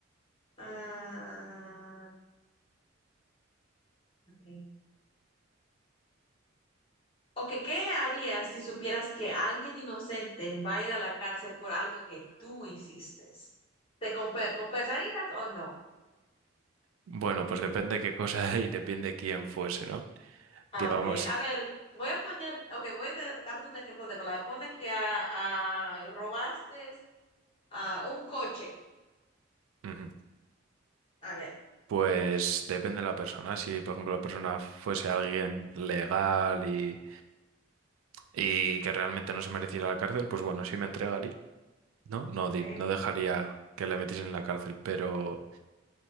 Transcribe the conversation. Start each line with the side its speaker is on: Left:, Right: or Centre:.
Left: Ah, ok. Ok, ¿qué harías si supieras que alguien inocente va a ir a la cárcel por algo que tú hiciste? ¿Te compe- compensarías o no?
Right: Bueno, pues depende qué cosa <laughs> y depende quién fuese, ¿no?
Left: Ah,
Right: Digamos,
Left: Ok, a ver, voy a poner, ok, voy a te- darte un ejemplo de palabra. Pone que ah, ah, robaste ah, un coche.
Right: ujú,
Left: A ver,
Right: pues depende de la persona. Si, por ejemplo, la persona fuese alguien legal y, y que realmente no se mereciera la cárcel, pues bueno, sí me entregaría, ¿no? No,
Left: ok,
Right: di- no dejaría que le metiesen en la cárcel, pero,